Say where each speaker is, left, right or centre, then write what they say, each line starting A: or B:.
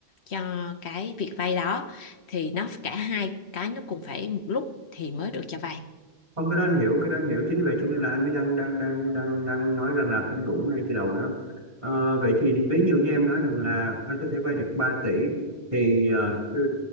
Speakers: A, on the left; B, on the right.
A: cho cái việc vay đó thì nó cả hai cái nó cùng phải một lúc thì mới được cho vay
B: không cái đó anh hiểu cái đó anh hiểu chính vì vậy cho nên là anh mới đang đang đang đang đang nói rằng là không đủ ngay từ đầu đó Ờ, vậy thì ví dụ như em nói rằng là anh có thể vay được ba tỷ thì ờ, ừ,